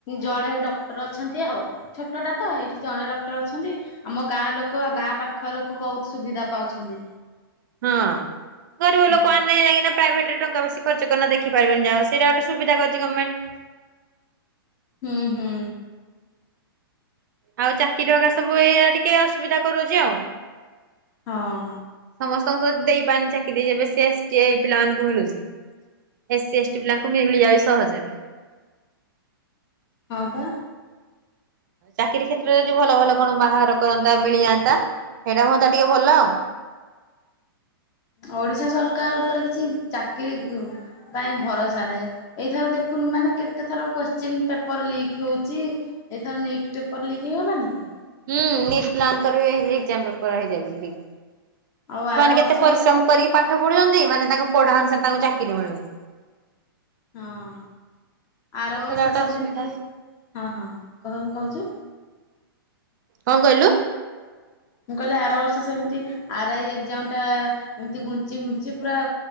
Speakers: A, on the left; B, on the right.
A: ଜଣେ ଡକ୍ଟର ଅଛନ୍ତି ଆଉ। ଛୋଟଟା ତ ଏଇଠି ଜଣେ ଡକ୍ଟର ଅଛନ୍ତି। ଆମ ଗାଁ ଲୋକ ଆଉ ଗାଁ ପାଖ ଲୋକ ବହୁତ ସୁବିଧା ପାଉଛନ୍ତି।
B: ହଁ ଗରିବ
A: ହୁଁ।
B: ଲୋକମାନେ ଯାଇକିନା ପ୍ରାଇଭେଟରେ ଟଙ୍କା ବେଶୀ ଖ ର୍ଚ୍ଚ କରିନା ଦେଖିପାରିବେନି। ଯାହା ହଉ ସେଇଟା ଗୋଟେ ସୁବିଧା କରିଚି ଗମେଣ୍ଟ।
A: ହୁଁ ହୁଁ।
B: ଆଉ ଚାକିରି ଅଗା ସବୁ ଏଇଆ ଟିକେ ଅସୁବିଧା କରଉଛି ଆଉ।
A: ହଁ।
B: ସମସ୍ତଙ୍କୁ ତ ଦେଇପାରୁନି ଚାକିରି, ଯେବେ ସେ ଏସ୍ ଟି ଆଇ ପିଲାମାନଙ୍କୁ ମିଳୁଚି। ଏସ୍ ସି ଏଷ୍ଟି ପିଲାଙ୍କୁ ମିଳିଯାଉଚି ସହଜରେ।
A: ହଁ-ପା।
B: ଚାକିରୀ କ୍ଷେତ୍ରରେ ଯଦି ଭଲ ଭଲ କଣ ବାହାର କରନ୍ତା, ମିଳିଯାନ୍ତା? ହେଇଟା ହୁଅନ୍ତା, ଟିକେ ଭଲ ଆଉ।
A: ଓଡିଶା ସରକାର ଉପରେ କିଛି ଚାକିରି-ଗ ପାଇଁ ଭରସା ନାହିଁ। ଏଇଥର ଦେଖୁନୁ, ମାନେ କେତେ ଥର କୋଶ୍ଚିନ୍ ପେପର ଲିକ୍ ହେଉଚି? ଏଇଥର ନିଟ୍ ପେପ୍ ପର୍ ଲିକ୍ ହେଇଗଲାନି କି?
B: ହୁଁ, ନିଟ୍ ପ୍ଲାନ୍ କରିବି, ଏକ୍ଜାମ୍ ପେପର ହେଇଯାଇଛି ଲିକ୍।
A: ଆଉ
B: ସେମାନେ
A: ଆର
B: କେତେ
A: ବର୍ଷ
B: ପରିଶ୍ରମ କରିକି ପାଠ ପଢୁଛନ୍ତି? ମାନେ ତାଙ୍କ ପଢା ଅନୁସାରେ ତାଙ୍କୁ ଚାକିରି ମିଳୁନି।
A: ହଁ, ଆର ବର୍ଷ
B: ସେଇଟା ଗୋଟେ
A: ସେମିତି
B: ଅସୁବିଧା।
A: ହଁ, ହଁ କହୁନ୍ କହୁଚୁ?
B: କଣ କହିଲୁ?
A: ମୁଁ, କହିଲି ଆର ବର୍ଷ ସେମିତି, ଆର୍ ଆଇ ଏକ୍ଜାମ୍ ଟା ଏମିତି ଘୁଞ୍ଚି ଘୁଞ୍ଚି ପୁରା